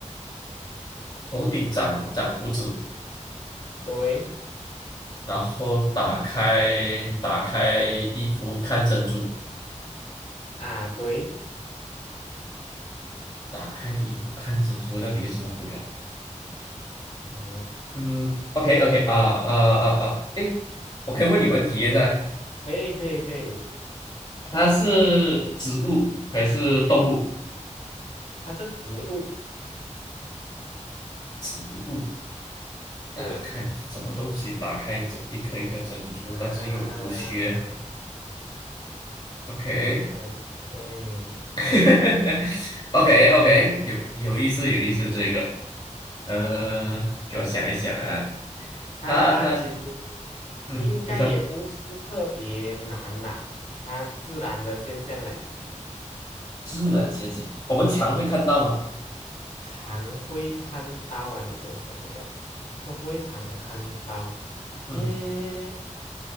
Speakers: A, on the left; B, on the left.
A: 头顶长长胡子，
B: 对
A: 然后打开打开衣服看珍珠，
B: 啊对，
A: 打开衣服看珍珠，到底是什么鬼啊？
B: 嗯，
A: 嗯，OK OK 啊啊啊啊，诶，我可以问你问题一下，
B: 可以可以可以，
A: 它是植物还是动物？
B: 它是植物
A: 植物
B: 是
A: 打开什么东西？打开这一颗一颗珍珠，
B: 啊，
A: 但是又有胡须。OK，
B: 是不是很美？
A: <laughs> OK OK，有有意思有意思，这个，呃，给我想一想啊，
B: 它其实
A: 他他他，嗯，
B: 应该也不是特别难啦，
A: 你说
B: 它自然的现象来的嘛，
A: 自然现象，我们常会看到吗？
B: 常会看到啊，你给我想一下，会不会常看到？
A: 嗯，
B: 嗯，